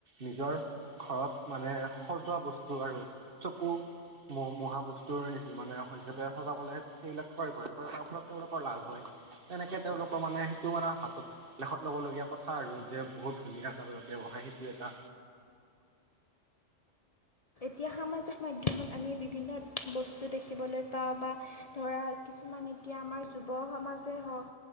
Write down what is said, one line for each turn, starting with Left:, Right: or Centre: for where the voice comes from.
Right: নিজৰ ঘৰত মানে সজোৱা বস্তু আৰু চকু মহ মহা বস্তুৰ মানে হিচাপে সজাবলে সেইবিলাক ক্ৰয় কৰে ক্ৰয় কৰাৰ ফলত তেওঁলোকৰ লাভ হয় তেনেকে তেওঁলোকৰ মানে সেইটো মানে হাতত লেখত ল'ব লগীয়া কথা আৰু যে বহুত ধুনীয়া এটা ব্যৱসায় সেইটো এটা
Left: এতিয়া সামাজিক মাধ্যমত আমি বিভিন্ন বস্তু দেখিবলৈ পাওঁ বা ধৰা কিছুমান এতিয়া আমাৰ যুৱ সমাজে হওঁক